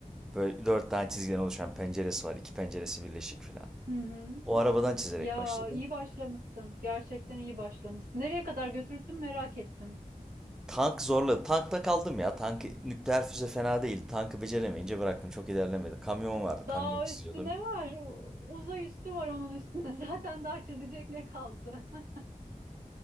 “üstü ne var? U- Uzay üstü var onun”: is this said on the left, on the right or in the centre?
Right